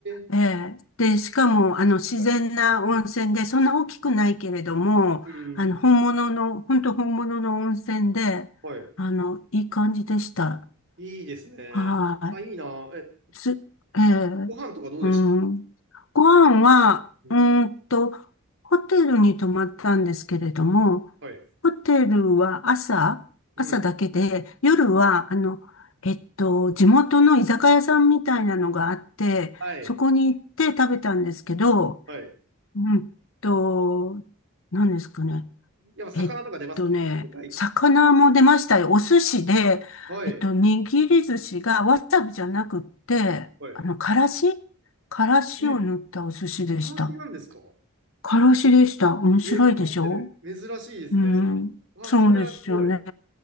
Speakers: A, on the right; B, on the left.
A: え
B: ええ。で、しかも、あの、自然な温泉で、
A: はい。
B: そんな大きくないけれども、
A: うん。
B: あの、本物の、本当本物の温泉で、
A: はい。
B: あの、いい感じでした。
A: あいいですね。
B: はい。
A: あ、いいな。え、
B: つ、ええうん。
A: ご飯とかどうでした
B: ご飯は、
A: うん。
B: うーんと、ホテルに泊まったんですけれども、
A: はい。
B: ホテルは朝、朝だけで、
A: うん。
B: 夜は、あの、えっと、地元の居酒屋さんみたいなのがあって、
A: はい。
B: そこに行って食べたんですけど、
A: はい。
B: うんと、何ですかね。
A: やっぱ魚とか出ますか魚介。
B: えっとね、魚も出ましたよ。お寿司で、
A: はい。
B: えっと、握り寿司がわさびじゃなくって、
A: はい。
B: あの、からしからしを塗ったお寿司でした。
A: え、からしなんですか
B: からしでした。面白いでしょ
A: えー変わってる。珍しいですね。
B: うん。
A: わ、
B: そうですよね。
A: それはすごい。